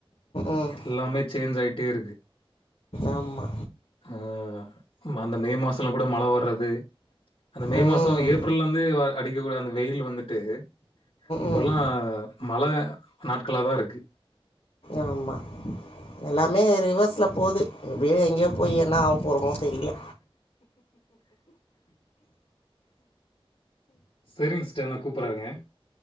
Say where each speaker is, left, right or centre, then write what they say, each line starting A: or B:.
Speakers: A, on the left; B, on the left.
A: ம்
B: எல்லாமே சேஞ்ச் ஆயிட்டே இருக்கு
A: ஆமா
B: ஆ அந்த மே மாசல்லா கூட மழ வர்றது அந்த மே
A: ம்
B: மாசோ ஏப் <unintelligible> அடிக்கக்கூடாது அந்த வெயிலு வந்துட்டு இப்பெல்லா
A: ம்
B: மழ நாட்களா தா இருக்கு
A: ஆமா எல்லாமே ரிவர்ஸ்ல போது எப்டியோ எங்கயோ போய் என்னா ஆவப் போறமோ தெரில
B: செரிங் சிஸ்டர் நா கூப்புற இருங்க